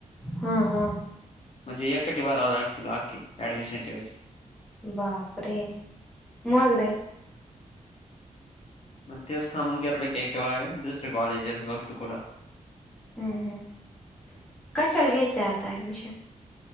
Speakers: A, in the centre; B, on the left.
A: हा हा
B: म्हणजे एक खट्टी भरावे लागतील ऍडमिशन च्या वेळेस
A: बापरे मग रे
B: म ते स्था म्हून घेतला कवाग दुसरे कॉलेजेस बघत कुड
A: हम्म हम्म कस चलगेच आता डमिशन